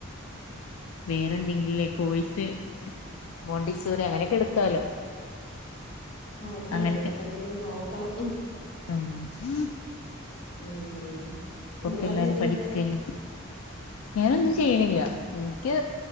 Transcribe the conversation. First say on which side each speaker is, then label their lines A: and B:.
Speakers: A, on the left (about 85°); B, on the left (about 55°).
A: വേറെ എന്തെങ്കിലുംല്ലേ കസ് മോണ്ടിസൂര് അങ്ങനെയൊക്കെ എടുക്കാലോ
B: ആ അതെ
A: അങ്ങനൊക്കെ
B: ഇനിപ്പ എന്തെങ്കിലും നോ കണം
A: ആഹ്
B: ഉം
A: ഇപ്പൊക്കെ
B: നിങ്ങളെന്താ
A: എല്ലാരും
B: ചെയ്യുന്നേ
A: പഠിക്കല്ലേ ഞാനൊന്നും ചെയ്യണില്ല എനിക്ക്